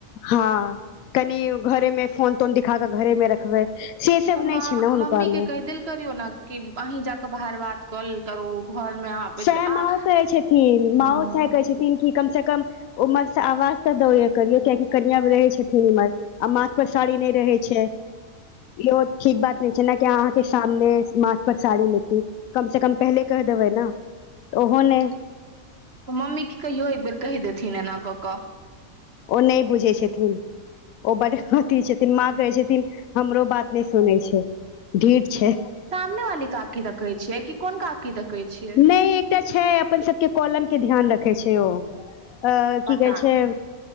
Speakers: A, on the left (about 85°); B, on the right (about 50°).
A: हँ, कनि घरे में फोन -तोन दिखा क, घरे मे रख बै, से सब
B: तऽ माँ
A: नहि छै ने हुनका
B: मम्मी के
A: मे
B: कहि देल करियौ ने, कि अहीं जााके बाहर बात क लेल करू। घर मे आ
A: सएह माँओ कहै छथिन,
B: हँ
A: माँओ सएह कहै छथिन। न, कि कम से कम उमहर से आवाज तऽ द देल करियऔ, कियाकि कनिया रहै छथिन इमहर। आ माथ पर साड़ी नहि रहे छै। इहो ठीक बात नहि छैय ने कि, अहाँके सामने माथ पर साड़ी लेती। कम से कम पहिले कहि देबै ने। ओहो नहि
B: ऽ मम्मी क कहियो, एकबेर कहि देथिन एना कऽ कऽ।
A: ओ नहि बुझै छथिन। ओ बड अथी छथिन, माँ कहै छथिन हमरो बात नहि सुनै छै। ढीठ छै
B: सामने वाली काकी द कहै छियै, कि कोन काकी दे कहै छियै?
A: नहि एकटा छै, अपन सबके कॉलम के ध्यान रखे छै ओ। अ
B: पता
A: की कहै छै,
B: नहि